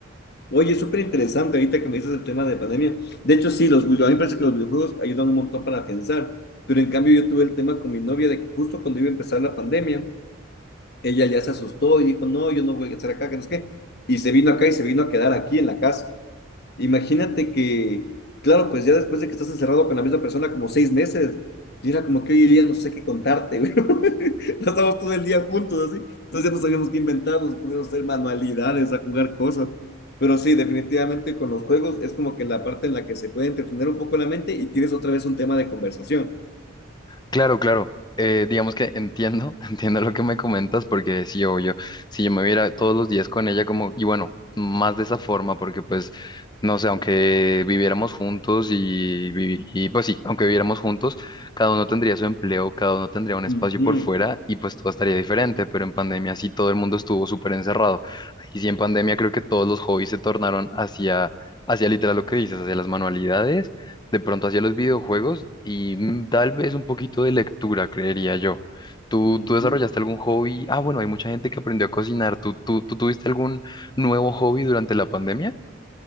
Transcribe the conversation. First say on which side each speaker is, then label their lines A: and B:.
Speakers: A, on the left; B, on the left.
A: Oye, súper interesante ahorita que me dices el tema de pandemia. De hecho, sí, los, video- a mí me parece que los videojuegos ayudan un montón para afianzar, pero en cambio yo tuve el tema con mi novia de que justo cuando iba a empezar la pandemia, ella ya se asustó y dijo, no, yo no voy a estar acá, que no es qué, y se vino acá y se vino a quedar aquí en la casa. Imagínate que, claro, pues ya después de que estás encerrado con la misma persona como seis meses, y era como que hoy día no sé qué contarte, güey. <laughs> Ya estábamos todo el día juntos, así. Entonces ya no sabíamos qué inventar, nos poníamos a hacer manualidades, a jugar cosas. Pero sí, definitivamente con los juegos es como que la parte en la que se puede entretener un poco la mente y tienes otra vez un tema de conversación.
B: Claro, claro. Eh, digamos que entiendo, <laughs> entiendo lo que me comentas, porque sí, obvio, si yo me viera todos los días con ella como, y bueno, más de esa forma, porque pues, no sé, aunque viviéramos juntos y, vivi- y pues sí, aunque viviéramos juntos, cada uno tendría su empleo, cada uno tendría un espacio
A: Ujú,
B: por fuera y pues todo estaría diferente, pero en pandemia sí todo el mundo estuvo súper encerrado. Y sí, en pandemia creo que todos los hobbies se tornaron hacia, hacia literal lo que dices, hacia las manualidades de pronto hacia los videojuegos y mm, tal vez un poquito de lectura, creería yo. ¿Tú,
A: ujú.
B: tú desarrollaste algún hobby? Ah, bueno, hay mucha gente que aprendió a cocinar. ¿Tú, tú, tú tuviste algún nuevo hobby durante la pandemia?